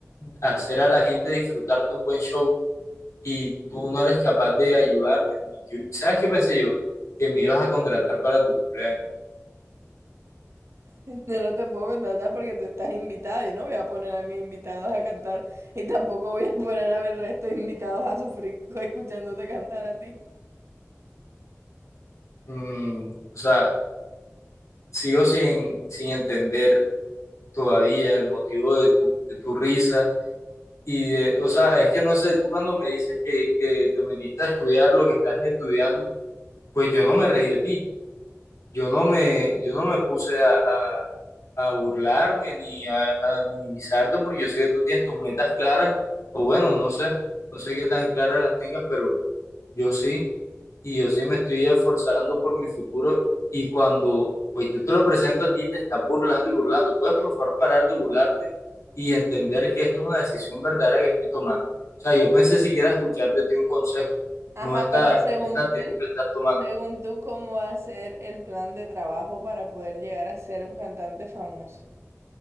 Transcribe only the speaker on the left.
hacer a la gente disfrutar de un buen show y tú no eres capaz de ayudarme. Yo- ¿sabes qué pensé yo? Que me ibas a contratar para tu cumpleaños.
Mm, o sea, sigo sin, sin entender todavía el motivo de tu, de tu risa. Y de, o sea, es que no sé, tú cuando me dices que, que te metiste a estudiar lo que estás estudiando, pues yo no me reí de ti. Yo no me, yo no me puse a, a- a burlarme ni a, a minimizarte porque yo sé que tú tienes tus metas claras, o bueno, no sé, no sé qué tan claras las tengas, pero Yo sí, y yo sí me estoy esforzando por mi futuro y cuando pues yo te lo presento a ti te estás burlando y burlando. ¿Puedes por favor parar de burlarte y entender que esto es una decisión verdadera que estoy tomando? O sea, yo pensé siquiera escuchar de ti un consejo,
no esta,
no
esta actitud
que estás tomando